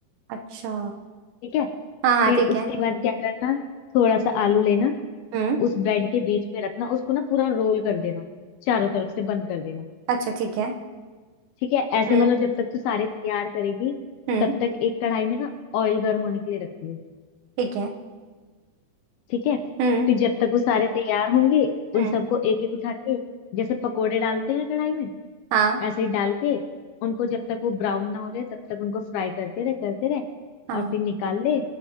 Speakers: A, on the right; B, on the left.
A: अच्छा
B: ठीक है
A: हाँ हाँ
B: फिर
A: ठीक
B: उसके
A: है
B: बाद क्या करना थोड़ा सा आलू लेना
A: हम्म
B: उस ब्रेड के बीच में रखना उसको ना पूरा रोल कर देना चारों तरफ से बंद कर देना
A: अच्छा ठीक है
B: ठीक है ऐसे
A: हम्म।
B: मतलब जब तक तू सारे तैयार करेगी
A: हम्म
B: तब तक एक कढ़ाई में ना ऑयल गर्म होने के लिए रखती हो
A: ठीक है
B: ठीक है
A: हम्म
B: फिर जब तक वो सारे तैयार होंगे
A: हम्म
B: उन सबको एक एक उठा के जैसे पकोड़े डालते हैं कढ़ाई में
A: हाँ
B: एसिड डाल के उनको जब तक वो ब्राउन ना हो रहे तब तक उनको फ्राई करते रहे करते रहे
A: हाँ
B: और फिर निकाल ले